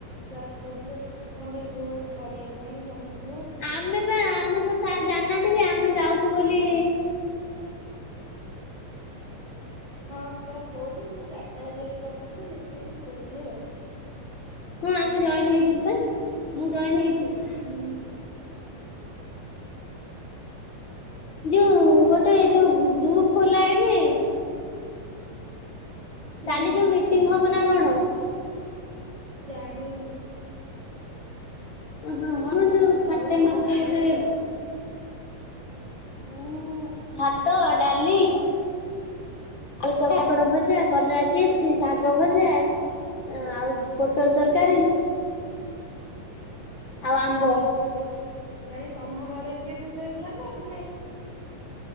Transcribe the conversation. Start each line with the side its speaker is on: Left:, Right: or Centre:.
Right: ସାର୍ କୋହୁଥିଲେ ତାଙ୍କୁ ଟିକେ କୁହ କରିବା ପାଇଁ ସମସ୍ତଙ୍କୁ
Left: ଆମେ ପା ଆମେ ତ ସାର୍ ଜାଣିନାହାନ୍ତି କି ଆମେ ଯାଉଚୁ ବୋଲି
Right: ହଁ ସାର୍ କୋହୁଥିଲି କିନ୍ତୁ ଚାରିଟା ଯେହେତୁ ରଖିଲେ ସେଥିପାଇଁ କୋହୁଥିଲେ ଆଉ।
Left: ହଁ ଆମେ ଜଏନ୍ ହେଇଥିଲୁ ପା ମୁଁ ଜଏନ୍ ହେଇଥିଲି।
Right: ହୁଁ।
Left: ଯୋଉ ଗୋଟେ ଯୋଉ ଗ୍ରୁଫ୍ ଖୋଲା ହେଇନି।
Right: ହୁଁ
Left: କାଲି ଯୋଉ ମିଟିଂ ହବ ନା କଣ?
Right: ଜାଣିନି।
Left: ଓହୋ ହଁ ଯୋଉ ପାର୍ଟଟାଇମର୍
Right: ଆଉ କଣ
Left: <unintelligible> ଗୋଟେ
Right: ଖାଇଥିଲ?
Left: ମୁଁ ଭାତ, ଡାଲି ଆଳୁ <unintelligible> ଭଜା କଲରା ଚିସ୍ପ୍, ଶାଗ ଭଜା ଆଉ ପୋଟଳ ତରକାରୀ।
Right: ହୁଁ
Left: ଆଉ ଆମ୍ବ
Right: ମାନେ ତମ ଘରେ ଏତିକ ଜିନିଷ ହେଇଥିଲା ନା ମାନେ